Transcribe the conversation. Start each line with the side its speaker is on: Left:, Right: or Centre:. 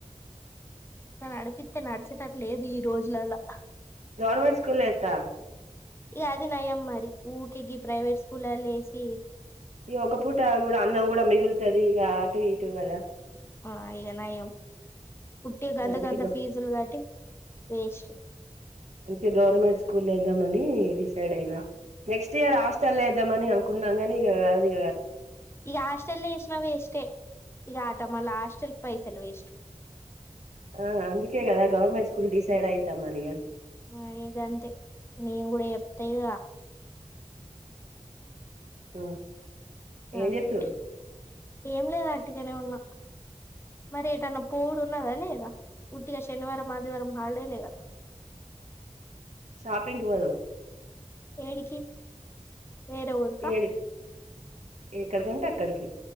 Left: అట్లా నడిపిస్తే నడిచేటట్ లేదు ఈ రోజులల్లా
Right: గవర్నమెంట్ స్కూల్లో ఏత్తా
Left: ఇక అది నయం మరి ఊకె గి ప్రైవేట్ స్కూలల్లో వేసి
Right: ఇగ ఒక పూట కూడా అన్నం గుడా మిగులుతది ఇగ అటు ఇటు కదా
Left: ఆ ఇగ నయం పుట్టి గంత
Right: అందుకే
Left: గంత
Right: గ
Left: ఫీజులు కట్టి వేస్ట్
Right: అంటే గవర్నమెంట్ స్కూల్ ఐ అని డిసైడ్ అయినా నెక్స్ట్ ఇయర్ హాస్టల్ ఏద్దామని అనుకున్నా గని ఇది
Left: ఇగ హాస్టలెసిన వేస్టే ఇగ అట మళ్ళ హాస్టెల్ పైసలు వేస్ట్
Right: ఆ అందుకేగదా గవర్మెంట్ స్కూల్ డిసైడ్ అయితా మరి ఇగ
Left: ఆ ఇగ గంతే నేను గుడా చెప్తాయిగ
Right: ఆ ఏం
Left: అంతే
Right: చెత్తురు
Left: ఏం లేదు వంటిగనే ఉన్నా మరి ఏటన్నా పోవుడు ఉన్నదా లేదా ఉట్టిగ శనివారం ఆదివారం హాలిడేనే గ
Right: షాపింగ్కి పోయినం
Left: ఏడికి వేరే ఊరుకా
Right: ఏడి ఎక్కడికంటే అక్కడికి